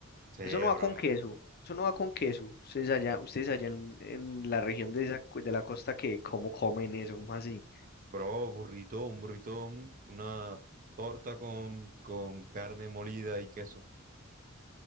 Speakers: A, on the right (about 40°); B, on the left (about 50°).
A: Sí,
B: Eso no va
A: bro.
B: con queso, eso no va con queso. Ustedes allá, ustedes allá en, en la región de, esa, cu- de la costa, que ¿cómo comen eso? ¿Cómo así?
A: Bro, burrito, un burrito, un- una torta con, con carne molida y queso.